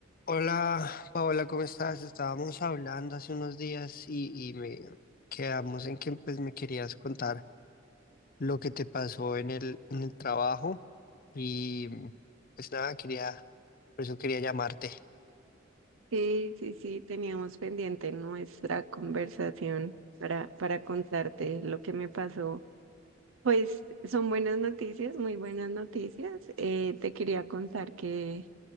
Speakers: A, on the left; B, on the right.
A: Hola, Paola, ¿cómo estás? Estábamos hablando hace unos días y, y me quedamos en que pues, me querías contar lo que te pasó en el, en el trabajo y pues nada, quería, por eso quería llamarte.
B: Sí, sí, sí, teníamos pendiente nuestra conversación para, para contarte lo que me pasó. Pues son buenas noticias, muy buenas noticias. Eh, te quería contar que,